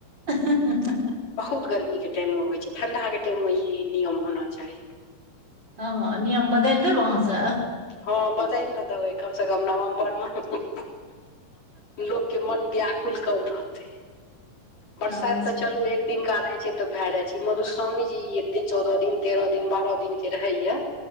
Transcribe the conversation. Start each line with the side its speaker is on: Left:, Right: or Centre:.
Right: अ ह
Left: बहुत गर्मी के टाइम मे होई छै ठंडा के टाइम मे ई नियम होना चाही
Right: ह नियम बदलि देब अहाँ केँ
Left: ह बदल नहि देबै कम से कम नवम्बर मे लोक के मन व्याकुल कम रहते बरसाइत
Right: हँ
Left: तऽ
Right: से
Left: चलू एक दिन दिनका रहै छै तऽ भए जाई छै मधुश्रावी जी एते चौदह दिन तेरह दिन बारह दिन के रहैया